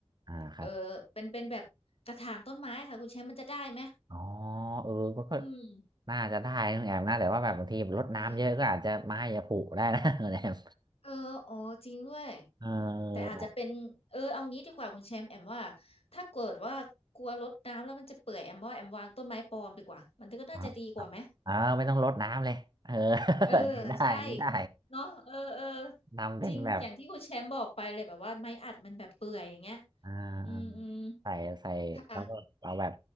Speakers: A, on the right; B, on the left.
A: อ่าครับ
B: เออเป็นเป็นแบบกระถางต้นไม้ค่ะคุณแชมป์มันจะได้ไหม
A: อ๋อเออก็ก็
B: อืม
A: น่าจะได้นะแอมนะแต่ว่าแบบบางทีรดน้ำเยอะก็อาจจะไม้จะผุได้นะ
B: เอื
A: <laughs> แอม
B: เอออ๋อจริงด้วย
A: เออ
B: แต่อาจจะเป็นเออเอางี้ดีกว่าคุณแชมป์แอมว่าถ้าเกิดว่ากลัวรดน้ำแล้วมันจะเปื่อยแอมว่าแอมวางต้นไม้ปลอมดีกว่ามันก็น่าจะดีกว่าไหม
A: อ๋อเออไม่ต้องรดน้ำเลยเออ
B: เออใช่
A: <laughs> นี่ได้นี่ได้
B: เนาะเออเออ
A: ทำเป็นแบบ
B: จริงอย่างที่คุณแชมป์บอกไปเลยแบบว่าไม้อัดมันแบบเปื่อยอย่างเงี้ย
A: อ่าใส่ใส่แล้วก็เอาแบบ
B: อืมอืมค่ะ